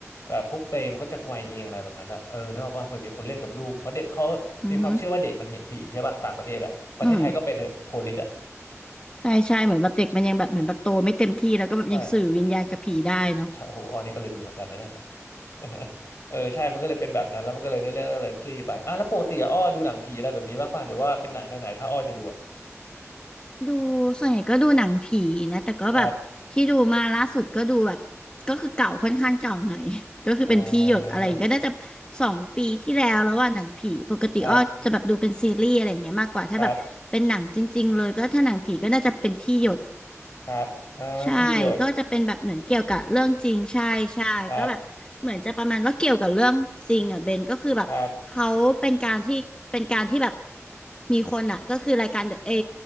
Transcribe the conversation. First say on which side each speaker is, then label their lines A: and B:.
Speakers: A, on the left; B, on the left.
A: แบบพวกเปรย์มันก็จะไกวเองอะไรแบบนั้นอะเออเนกอะป่ะเหมือนมีคนเล่นกับลูก เพราะเด็กเขามีความเชื่อว่าเด็กมันเห็นผีใช่ป่ะต่างประเทศอะประเทศไทยก็เป็นเถอะโคลิดอะ
B: ๆอือฮึอืม ใช่ใช่เหมือนแบบเด็กมันยังแบบเหมือนแบบโตไม่เต็มที่แล้วก็แบบยังสื่อวิญญาณกับผีได้เนาะ
A: ใช่ใช่โอ้โหอันนี้ก็ลึกอยู่เหมือนกันนะเนี่ย <laughs> เออใช่มันก็เลยเป็นแบบนั้นแล้วมันก็เลยเนื้อเรื่องก็เลยคลี่ไปอ่ะแล้วปกติอะอ้อดูหนังผีอะไรแบบนี้บ้างป่ะหรือว่าเป็นหนังแนวไหนถ้าอ้อจะดูอะ
B: <laughs> ดูส่วนใหญ่ก็ดูหนังผีนะแต่ก็แบบที่ดูมาล่าสุดก็ดูแบบก็คือเก่าค่อนข้างเก่าหน่อย
A: ครับ
B: <laughs> ก็คือเป็นที่หยดอะไรอย่างเงี้ยก็น่าจะ
A: เออ
B: สองปีที่แล้วแล้วว่าหนังผีปกติอ้อจะแบบดูเป็นซีรีส์อะไรอย่างเงี้ยมากกว่าถ้าแบบเป็นหนังจริงๆเลยก็ถ้าหนังผีก็น่าจะเป็นที่หยด
A: ครับครับ ครับอ่าที่หยด
B: ใช่ ก็จะเป็นแบบเหมือนเกี่ยวกับเรื่องจริงใช่ใช่ก็แบบเหมือนจะประมาณว่าเกี่ยวกับเรื่องจริงอ่ะเบนก็คือแบบเขาเป็นการที่เป็นการที่แบบ
A: ครับครับ
B: มีคนอ่ะก็คือรายการเอ